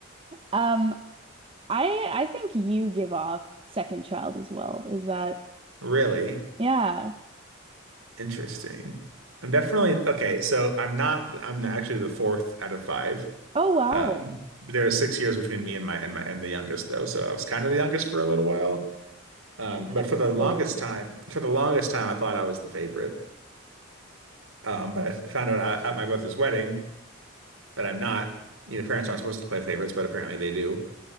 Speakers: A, on the right; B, on the right.
A: um, I I think you give off second child as well. Is that
B: Really?
A: yeah?
B: Interesting. I'm definitely okay. So I'm not. I'm actually the fourth out of five.
A: Oh wow,
B: Um, there are six years between me and my and my and the youngest though. So I was kind of the youngest for a little while. Um,
A: and
B: but
A: it
B: for
A: was
B: the
A: stolen.
B: longest time, for the longest time, I thought I was the favorite. Um, but I f- found out at at my brother's wedding that I'm not. You know, parents aren't supposed to play favorites, but apparently they do.